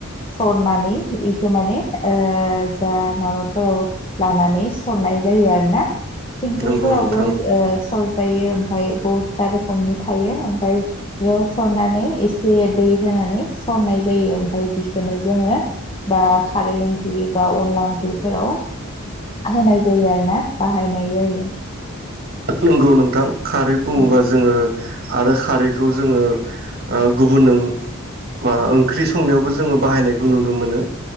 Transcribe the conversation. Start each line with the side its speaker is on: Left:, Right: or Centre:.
Left: सरनानै बेखौ माने ओ जा माबाफोर लानानै सरनाय जायो आरो ना थिंख्लैफोरावबो
Right: नंगौ नोंथां
Left: ओ सरजायो ओमफ्राय बहुदथा रोखोमनि थायो ओमफ्राय बेयाव सरनानै एसे दै होनानै सरनाय जायो ओमफाय बेखौनो जोङो बा खारै ओंख्रि बा अनला ओंख्रिफोराव होनाय जायो आरो ना बाहायनाय जायो।
Right: नंगौ नोंथां । खारै बुङोबा
Left: औ
Right: जोंङो आरो खारैखौ जोंङो गुबुन ओ ओं-ओंख्रि संनायावबो जोंङो बाहायनायखौ नुनो मोनो ।